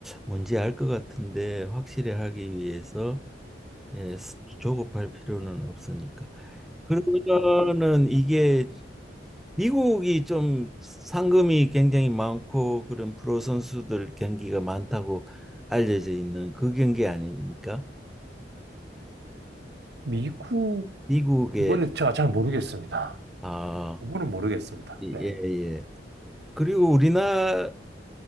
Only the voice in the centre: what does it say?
뭔지 알 것 같은데 확실히 하기 위해서 예, 조급할 필요는 없으니까. 그러면은 이게 미국이 좀 상금이 굉장히 많고 그런 프로 선수들 경기가 많다고 알려져 있는 그 경기 아닙니까?
미국의
아,
예, 예.
그리고 우리나라